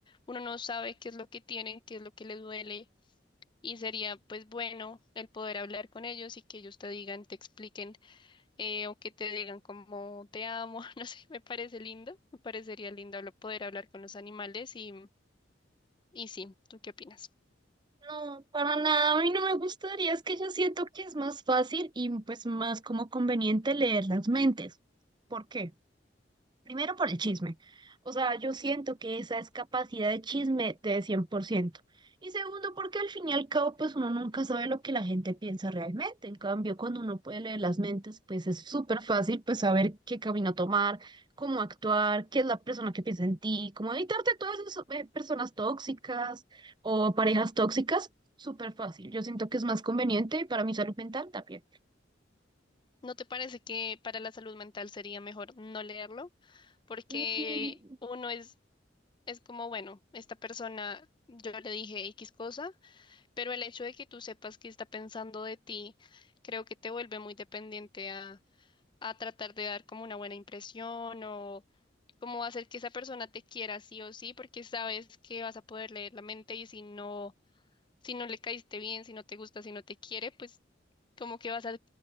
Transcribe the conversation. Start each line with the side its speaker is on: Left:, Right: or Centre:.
Left: uno no sabe qué es lo que tienen, qué es lo que les duele y sería pues bueno el poder hablar con ellos y que ellos te digan, te expliquen eh, o que te digan como te amo, <laughs> no sé, me parece lindo, me parecería lindo hablar- poder hablar con los animales y, y sí, ¿tú qué opinas?
Right: No, para nada, a mí no me gustaría, es que yo siento que es más fácil y pues más como conveniente leer las mentes. ¿Por qué? Primero por el chisme. O sea, yo siento que esa es capacidad de chisme de 100%. Y segundo, porque al fin y al cabo, pues uno nunca sabe lo que la gente piensa realmente. En cambio, cuando uno puede leer las mentes, pues es súper fácil, pues saber qué camino tomar, cómo actuar, qué es la persona que piensa en ti, cómo evitarte todas esas eh, personas tóxicas o parejas tóxicas. Súper fácil. Yo siento que es más conveniente para mi salud mental también.
Left: ¿No te parece que para la salud mental sería mejor no leerlo? Porque
Right: Mm,
Left: uno es, es como, bueno, esta persona, yo le dije X cosa, pero el hecho de que tú sepas qué está pensando de ti, creo que te vuelve muy dependiente a, a tratar de dar como una buena impresión o como hacer que esa persona te quiera sí o sí, porque sabes que vas a poder leer la mente y si no si no le caíste bien, si no te gusta, si no te quiere, pues como que vas a